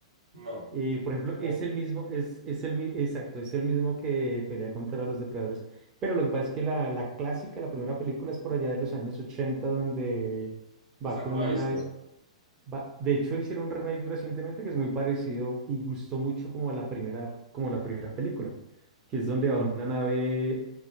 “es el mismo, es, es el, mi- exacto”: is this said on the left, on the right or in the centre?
Right